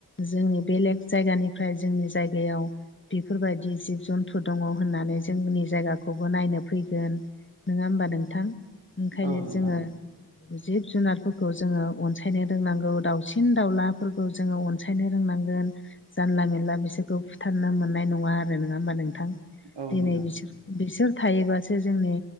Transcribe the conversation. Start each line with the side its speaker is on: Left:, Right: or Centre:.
Left: जोंनि बेलेग जायगानिफ्राय जोंनि जायगायाव बेफोरबायदि जिब जन्थु दंङो होननानै जोंनि जायगाखौबो नायनो फैगोन नंङा होमबा नोंथां ओंखायनो
Right: औ नोंथां
Left: जोंङो जिब जुनारफोरखौ जोंङो अनसायनो रोंनांगौ दाावसिन दाउलाफोरखौ जोंङो अनसाय फोथायनो रोंनांगोन जानला मेनला बिसोरखौ बुथारनो मोननाय नंङा आरो नंङा होमबा नोंथां
Right: औ
Left: दिनै
Right: नोंथां
Left: बिसोर बिसोर थायोबासो जोंनि